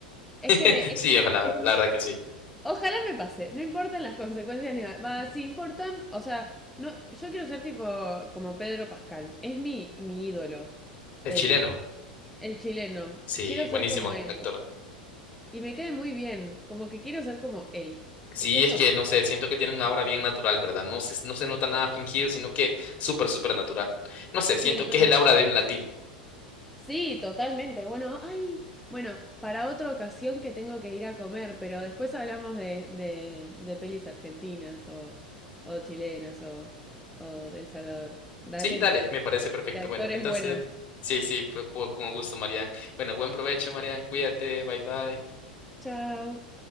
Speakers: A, in the centre; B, on the left (about 35°).
A: Es que...
B: <laughs>
A: eh,
B: Sí, ojalá,
A: eh,
B: la verdad que sí.
A: Ojalá me pase, no importan las consecuencias ni nada. Va, si importan, o sea, no, yo quiero ser tipo como Pedro Pascal. Es mi, mi ídolo,
B: El
A: el,
B: chileno,
A: el chileno.
B: sí,
A: Quiero
B: buenísimo
A: ser como él.
B: actor.
A: Y me cae muy bien, como que quiero ser como él.
B: Sí,
A: Es que es
B: es
A: lo
B: que,
A: más.
B: no sé, siento que tiene una aura bien natural, ¿verdad? No se, no se nota nada fingido, sino que súper, súper natural. No sé, siento
A: Sí, re.
B: que es el aura de un latino.
A: Sí, totalmente. Bueno, ay, bueno, para otra ocasión que tengo que ir a comer, pero después hablamos de, de, de pelis argentinas o, o chilenas o, o del Salvador. Dale,
B: Sí, dale, me parece perfecto.
A: de actores
B: Bueno, entonces,
A: buenos.
B: sí, sí, por- por- con gusto, Marian. Bueno, buen provecho, Marian. Cuídate, bye bye.
A: Chao.